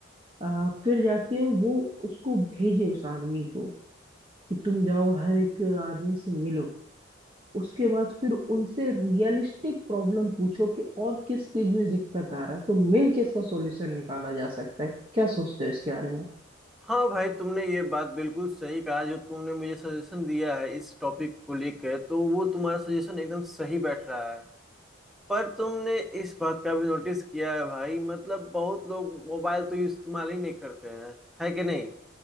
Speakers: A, on the right (about 25°); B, in the centre.
A: अ, फिर जाके वो उसको भेजे उस आदमी को कि तुम जाओ हर एक आदमी से मिलो उसके बाद फिर उनसे रियलिस्टिक प्रॉब्लम पूछो कि और किस चीज में दिक्कत आ रहा है तो मिल के इसका सॉल्यूशन निकाला जा सकता है क्या सोचते हो इसके बारे में
B: हाँ भाई तुमने ये बात बिल्कुल सही कहा जो तुमने मुझे सजेशन दिया है इस टॉपिक को लेकर तो वो तुम्हारा सजेशन एकदम सही बैठ रहा है पर तुमने इस बात का भी नोटिस किया है भाई मतलब बहुत लोग मोबाइल तो इस्तेमाल ही नहीं करते हैं है कि नहीं